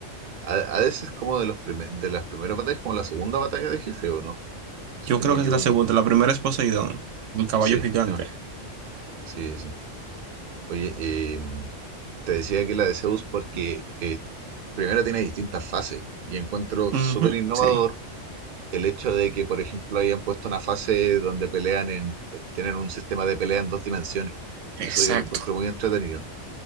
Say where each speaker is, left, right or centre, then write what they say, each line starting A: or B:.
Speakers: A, on the right; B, on the right.
A: a, a veces como de los prime- de las primeras batallas, como la segunda batalla de jefe, ¿o no? Si
B: Yo
A: es que
B: creo
A: no me equivoco.
B: que es la segunda, la primera es Poseidón, el caballo
A: Sí,
B: gigante.
A: sí, sí, sí. Oye, eh, te decía que la de Zeus porque eh, primero tiene distintas fases y encuentro súper
B: Ujú,
A: innovador
B: sí,
A: el hecho de que, por ejemplo, hayan puesto una fase donde pelean en, eh, tienen un sistema de pelea en dos dimensiones.
B: exacto.
A: Eso yo lo encuentro muy entretenido.